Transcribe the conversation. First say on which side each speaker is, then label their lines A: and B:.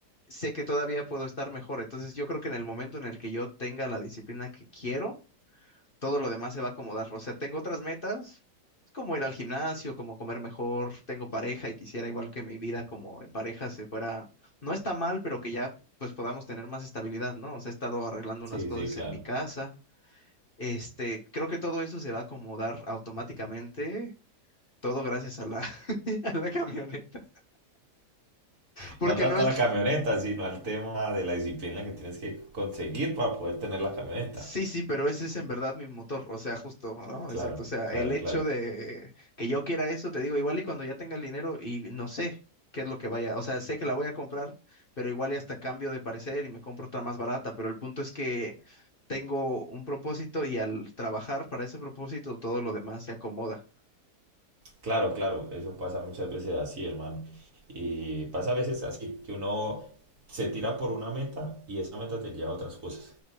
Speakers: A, on the left; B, on the right.
A: sé que todavía puedo estar mejor. Entonces yo creo que en el momento en el que yo tenga la disciplina que quiero, todo lo demás se va a acomodar. O sea, tengo otras metas, es como ir al gimnasio, como comer mejor, tengo pareja y quisiera igual que mi vida como en pareja se fuera, no está mal, pero que ya pues podamos tener más estabilidad, ¿no? O sea, he estado arreglando
B: Sí,
A: unas cosas
B: sí, claro.
A: en mi casa. Este, creo que todo eso se va a acomodar automáticamente, todo gracias a la, <laughs> a la camioneta, porque
B: No trata
A: no es
B: la camioneta, sino al tema de la disciplina que tienes que conseguir para poder tener la camioneta.
A: Sí, sí, pero ese es en verdad mi motor, o sea, justo, ¿no?
B: Claro,
A: Exacto, o sea,
B: claro,
A: el hecho
B: claro.
A: de que yo quiera eso, te digo, igual y cuando ya tenga el dinero y no sé qué es lo que vaya, o sea, sé que la voy a comprar, pero igual y hasta cambio de parecer y me compro otra más barata, pero el punto es que tengo un propósito y al trabajar para ese propósito todo lo demás se acomoda.
B: Claro, claro, eso pasa muchas veces así, hermano. Y pasa a veces así, que uno se tira por una meta y esa meta te lleva a otras cosas,